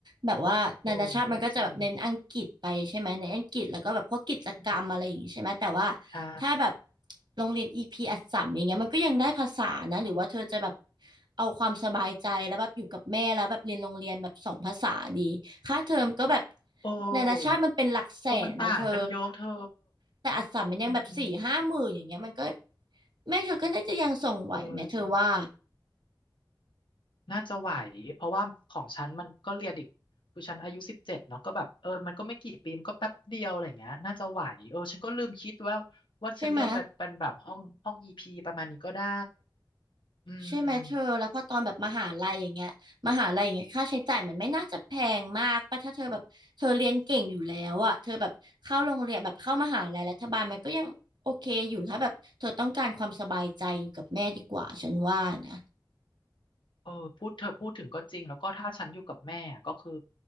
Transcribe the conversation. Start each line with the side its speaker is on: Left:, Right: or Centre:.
Right: แบบว่านานาชาติมันก็จะแบบเน้นอังกฤษไปใช่ไหมในนอังกฤษแล้วก็แบบพวกกิจกรรมอะไรอย่างงี้ใช่ไหมแต่ว่า
Left: โอ้ก็จริงอืม ใช่
Right: ถ้าแบบโรงเรียนอีพีอัสสัมอย่างเงี้ยมันก็ยังได้ภาษานะหรือว่าเธอจะแบบ
Left: อืม
Right: เอาความสบายใจแล้วแบบอยู่กับแม่แล้วแบบเรียนโรงเรียนแบบสองภาษาดีค่าเทอมก็แบบ
Left: โอ้
Right: นานาชาติมันเป็นหลักแสนนะเธอ
Left: โอ้มันต่างกันเยอะเธอ
Right: แต่อัสสัมมันยังแบบสี่ห้าหมื่นอย่างเงี้ยมันก็
Left: อืมอืม
Right: แม่เธอก็น่าจะยังส่งไหวไหมเธอว่า
Left: เออจริงน่าจะไหวเพราะว่าของฉันมันก็เรียนอีกคือฉันอายุสิบเจ็ดเนาะก็แบบเออมันก็ไม่กี่ปีมันก็แป๊บเดียวอะไรอย่างเงี้ยน่าจะไหวเออฉันก็ลืมคิดว่าว่าฉันเรียนเป็นเป็นแบบห้องห้องอีพีประมาณนี้ก็ได้
Right: ใช่ไหม
Left: อืม
Right: ใช่ไหมเธอแล้วพอตอนแบบมหาลัยอย่างเงี้ยมหาลัยอย่างเงี้ยค่าใช้จ่ายมันไม่น่าจะแพงมากป่ะถ้าเธอแบบเธอเรียนเก่งอยู่แล้วอ่ะเธอแบบเข้าโรงเรียนแบบเข้ามหาลัยรัฐบาลมันก็ยังโอเคอยู่ถ้าแบบเธอต้องการความสบายใจอยู่กับแม่ดีกว่าฉันว่านะ
Left: เออพูดเธอพูดถึงก็จริงแล้วก็ถ้าฉันอยู่กับแม่อะก็คือ